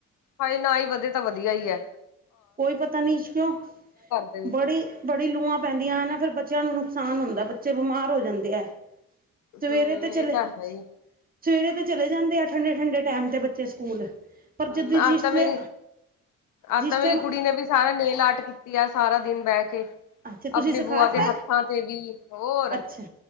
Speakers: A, on the left (about 80°); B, on the right (about 30°).
A: ਹਾਏ ਨਾ ਹੀ ਵਧੇ ਤਾਂ ਵਧੀਆ ਈ ਐ।
B: ਕੋਈ ਪਤਾ ਨੀ ਇਸ ਕੂ,
A: ਦੇ ਵਿੱਚ।
B: ਬੜੀ-ਬੜੀ ਲੂਆਂ ਪੈਂਦੀਆਂ ਨੇ ਨਾ ਫੇਰ ਬੱਚਿਆਂ ਨੂੰ ਨੁਕਸਾਨ ਹੁੰਦਾ ਬੱਚੇ ਬਿਮਾਰ ਹੋ ਜਾਂਦੇ ਐ। ਸਵੇਰੇ
A: ਹੂੰ
B: ਤੇ ਚਲੇ
A: ਇਹ ਤਾਂ ਹੈ ਹੀ।
B: ਸਵੇਰੇ ਤੇ ਚਲੇ ਜਾਂਦੇ ਆ ਠੰਡੇ ਠੰਡੇ ਟਾਈਮ ਤੇ ਬੱਚੇ ਸਕੂਲ
A: ਹੂੰ
B: ਪਰ ਜਦ ਜਿਸ
A: ਅੱਜ ਤਾਂ
B: ਨੇ
A: ਮੇਰੀ ਅੱਜ
B: ਜਿਸ
A: ਤਾਂ
B: ਟਾਈਮ
A: ਮੇਰੀ ਕੁੜੀ ਨੇ ਵੀ ਸਾਰਾ ਨੈਲ ਆਰਤ ਕੀਤੀ ਆ ਸਾਰਾ ਦਿਨ ਬਹਿ ਕੇ।
B: ਅੱਛਾ ਤੁਸੀਂ
A: ਆਪਣੀ
B: ਸਿਖਾ
A: ਬੂਆ ਦੇ
B: ਤਾ
A: ਹੱਥਾਂ ਤੇ ਵੀ ਹੋਰ
B: ਅੱਛਾ